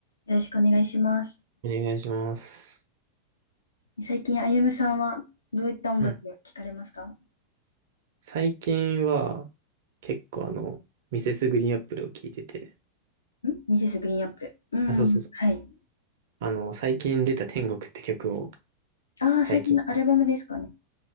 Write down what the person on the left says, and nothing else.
よろしくお願いします。
最近、あゆむさんはどういった音楽聴かれますか
んミセスグリーンアップル。うん、
はい。
ああ、
最近のアルバムですかね。